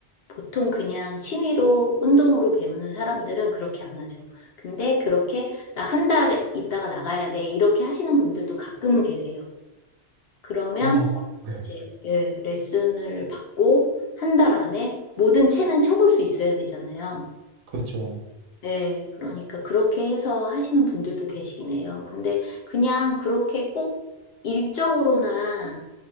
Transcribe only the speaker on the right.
아, 네.
그렇죠.